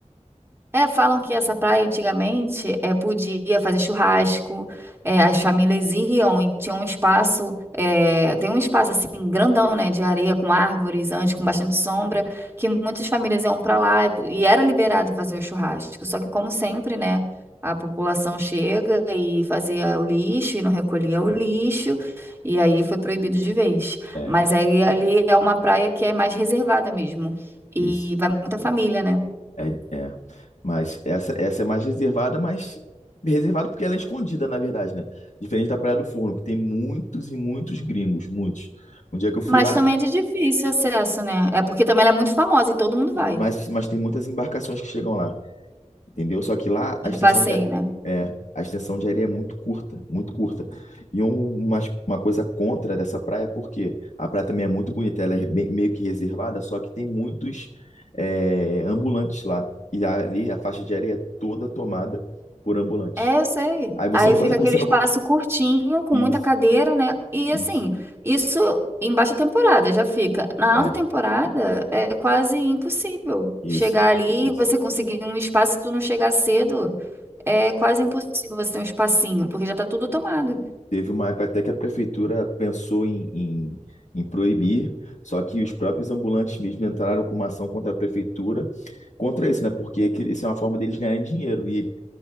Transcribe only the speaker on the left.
Sim.
É,
isso.
É, é. Mas essa, essa é mais reservada, mas reservada porque ela é escondida, na verdade, né? Diferente da Praia do Forno, que tem muitos e muitos gringos, muitos. Um dia que eu fui
lá,
mas, mas tem muitas embarcações que chegam lá. Entendeu? Só que lá
a extensão
de,
é, a extensão de areia é muito curta, muito curta. E um- uma, uma coisa contra dessa praia, é porque a praia também é muito bonita, ela é bem- meio que reservada, só que tem muitos é, ambulantes lá. E ali a faixa de areia é toda tomada por ambulantes.
Aí você
não
consegue,
você
não, co-
isso,
isso,
é,
isso,
isso.
Teve uma época até que a prefeitura pensou em, em, em proibir, só que os próprios ambulantes mesmo entraram com uma ação contra a prefeitura, contra isso, né? Porque que- isso é uma forma deles ganharem dinheiro. E ele...